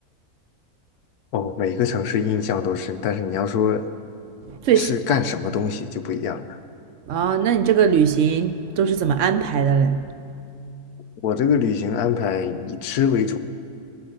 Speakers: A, on the left; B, on the right.
A: 哦，每个城市印象都深，但是你要说
B: 最喜欢
A: 是干什么东西就不一样了。
B: 哦，那你这个旅行都是怎么安排的嘞？
A: 我这个旅行安排以吃为主，